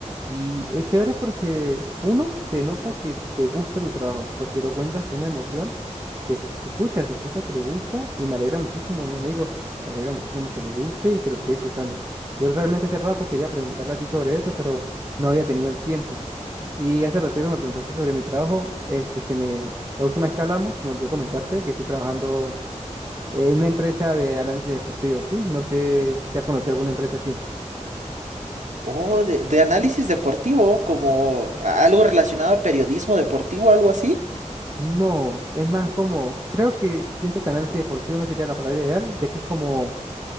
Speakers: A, on the right (about 30°); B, on the right (about 80°).
A: Y es chévere porque uno se nota que te gusta tu trabajo, porque lo cuentas con una emoción, se, se escucha, se escucha que le gusta y me alegra muchísimo, mi amigo, me alegra muchísimo que le guste y que lo esté disfrutando. Yo realmente hace rato quería preguntarle a ti sobre eso, pero no había tenido el tiempo. Y hace ratito que me preguntaste sobre mi trabajo, este, se me, la última vez que hablamos, se me olvidó comentarte que estoy trabajando. Eh, una empresa de análisis deportivo, ¿sí? No sé si ha conocido alguna empresa así.
B: Oh, de, de análisis deportivo, como algo relacionado a periodismo deportivo, algo así.
A: No, es más como, creo que siento que análisis deportivo no sería la palabra ideal, ya que es como,